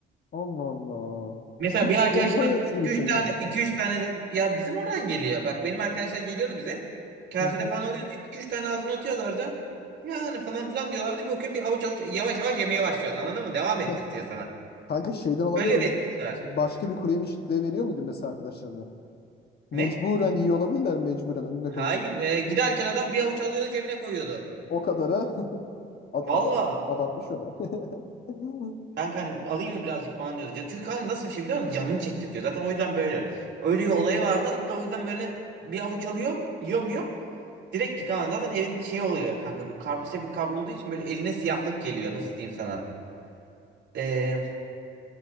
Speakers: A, on the left; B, on the right.
A: Allah Allah.
B: Mesela
A: Ur
B: bir arkadaşıma
A: Urfa'ya
B: 2-3
A: özgü bir şey
B: tane
A: mi?
B: 2-3 tane de, ya bizim oradan geliyor. Bak benim arkadaşlar geliyordu bize. Kasede
A: Hı hı.
B: falan oluyordu. 2-3 tane ağzına atıyorlardı. Yani falan filan diyorlardı. Bir bakıyorum bir avuç avuç yavaş yavaş yemeye başlıyor. Anladın mı? Devam
A: <laughs>
B: ettirtiyor sana.
A: Kanka şeyden olabilir
B: Öyle bir
A: mi?
B: etkisi var.
A: Başka bir kuru yemişliğe veriyor muydun mesela arkadaşlarına? Mecburen
B: Ne?
A: yiyor olabilirler mecburen önüne
B: Hayır
A: koymuş.
B: be.
A: <laughs>
B: Giderken adam bir avuç alıyordu cebine koyuyordu.
A: O kadara <laughs> ad-
B: Valla.
A: aba- abartmış o da. <laughs>
B: Kanka hani alayım mı birazcık falan diyordu. Can- Çünkü kanka nasıl bir şey biliyor musun? Canını çektirtiyor. Zaten o yüzden böyle. Öyle bir olayı vardı. Hatta o yüzden böyle bir avuç alıyorum. Yiyorum yiyorum. Direkt yıkanan zaten evin şey oluyor kanka. Bir karpuz şey bir kavrulduğu için böyle eline siyahlık geliyor. Nasıl diyeyim sana? Ee,